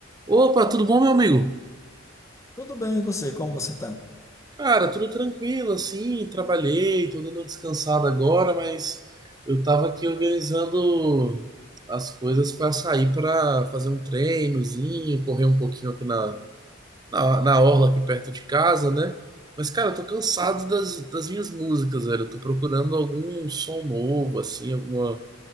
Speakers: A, on the right (about 20°); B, on the left (about 15°).
A: Opa, tudo bom, meu amigo?
B: Tudo bem, e você? Como você tá?
A: Cara, tudo tranquilo, assim, trabalhei, tô dando uma descansada agora, mas eu tava aqui organizando as coisas para sair para fazer um treinozinho, correr um pouquinho aqui na, na, na orla aqui perto de casa, né? Mas, cara, eu tô cansado das, das minhas músicas, velho. Eu tô procurando algum som novo, assim, alguma